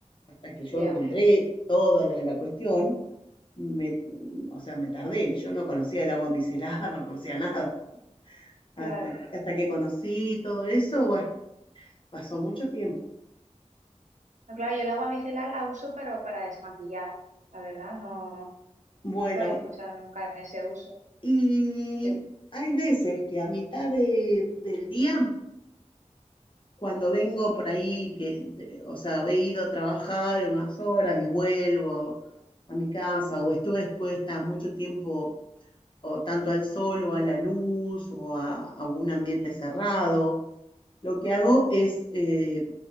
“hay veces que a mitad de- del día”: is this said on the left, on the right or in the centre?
Left